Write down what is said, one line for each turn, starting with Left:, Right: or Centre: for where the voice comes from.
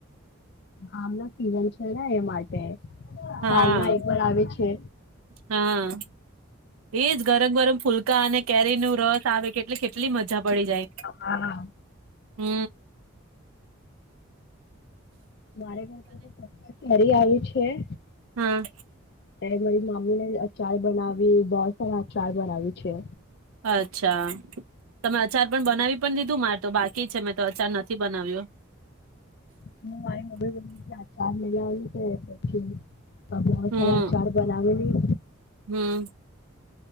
Left: આમ પીવાની છે. <unintelligible> એ માટે.
Right: હા
Left: સાલમાં એક વાર આવે છે.
Right: હા એજ ગરમ-ગરમ ફુલકા અને કેરી નું રસ આવે કે એટલે કેટલી મજા પડી જાય.
Left: હા,
Right: હ.
Left: મારે ઘર તો કેરી આવી છે. છે.
Right: હા.
Left: એ મારી મમ્મી ને અચાર બનાવી બોહ સારા અચાર બનાવી છે.
Right: અચ્છા, તમે અચાર પણ બનાવી પન દીધું માર તો બાકી છે મેં તો અચાર નથી બનાવ્યો.
Left: હું મારી મમ્મી બોલી કે આચાર ડિલિવરી છે પછી પણ બહોત
Right: હમ
Left: સારા અચાર બનાવેલી
Right: હમ